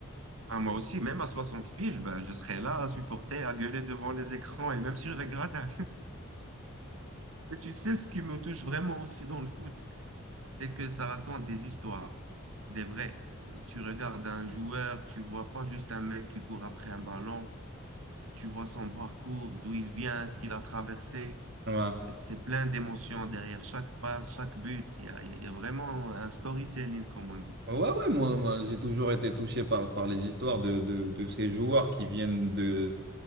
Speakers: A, on the right; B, on the right.
A: Ah, moi aussi, même à 60 piges, ben, je serai là à supporter, à gueuler devant les écrans et même sur les gradins. Et tu sais ce qui me touche vraiment aussi dans le foot, c'est que ça raconte des histoires, des vraies. Euh, Tu regardes un joueur, tu vois pas juste un mec qui court après un ballon, euh, tu vois son parcours, d'où il vient, ce qu'il a traversé.
B: Ouais.
A: Et C'est plein d'émotions derrière chaque passe, chaque but. Il y a, il y a- il y a vraiment un storytelling, comme on dit.
B: Ouais, ouais, moi, moi j'ai toujours été touché par, par les histoires de, de, de ces joueurs qui viennent de,